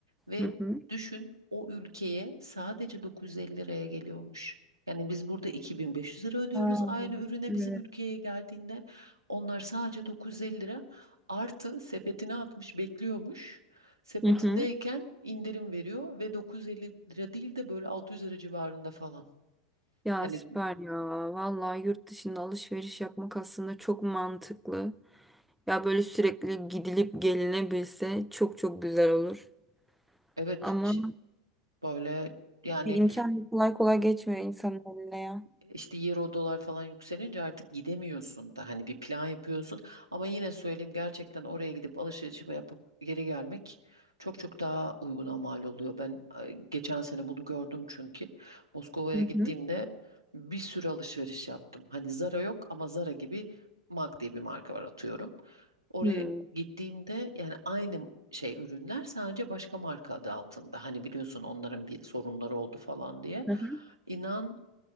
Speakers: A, on the right; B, in the centre.
A: Ve
B: hı hı.
A: düşün o ülkeye sadece 950 liraya geliyormuş. Yani biz burada 2500 lira ödüyoruz
B: Aa,
A: aynı ürüne
B: evet.
A: bizim ülkeye geldiğinde. Onlar sadece 950 lira artı sepetine atmış bekliyormuş. Sepetindeyken
B: Hı hı.
A: indirim veriyor ve 950 lira değil de böyle 600 lira civarında falan.
B: Ya
A: Yani
B: süper ya. Vallahi yurt dışında alışveriş yapmak aslında çok mantıklı. Ya böyle sürekli gidilip gelinebilse çok çok güzel olur.
A: evet
B: Ama
A: Böyle yani
B: bir imkan kolay kolay geçmiyor insanın eline ya.
A: işte euro dolar falan yükselince artık gidemiyorsun da hani bir plan yapıyorsun ama yine söyleyeyim gerçekten oraya gidip alışveriş yapıp geri gelmek çok çok daha uyguna mal oluyor. Ben e, geçen sene bunu gördüm çünkü Moskova'ya
B: Hı hı.
A: gittiğimde bir sürü alışveriş yaptım. Hani Zara yok ama Zara gibi MAC diye bir marka var atıyorum. Oraya
B: Hmm.
A: gittiğimde yani aynı şey ürünler sadece başka marka adı altında. Hani biliyorsun onların bir sorunları oldu falan diye.
B: Hı hı.
A: İnan